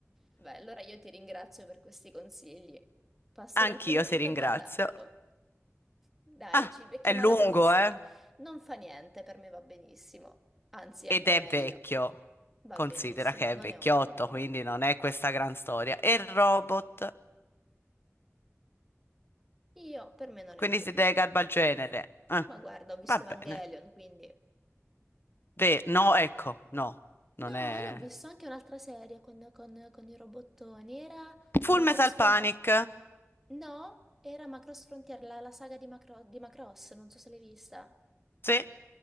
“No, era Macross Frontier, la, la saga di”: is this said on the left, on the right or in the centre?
Centre